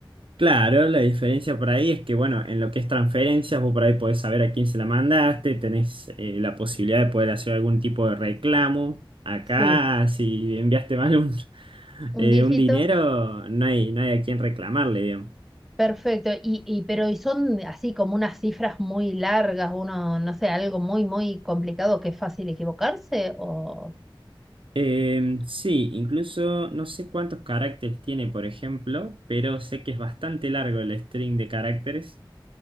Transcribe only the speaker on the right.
Claro, la diferencia por ahí es que, bueno, en lo que es transferencias, vos por ahí podés saber a quién se la mandaste, tenés eh, la posibilidad de poder hacer algún tipo de reclamo. Acá,
si enviaste mal un, <laughs>
eh,
un dinero, no hay, no hay a quién reclamarle, digamos.
Eh, sí, incluso no sé cuántos caracteres tiene, por ejemplo, pero sé que es bastante largo el string de caracteres.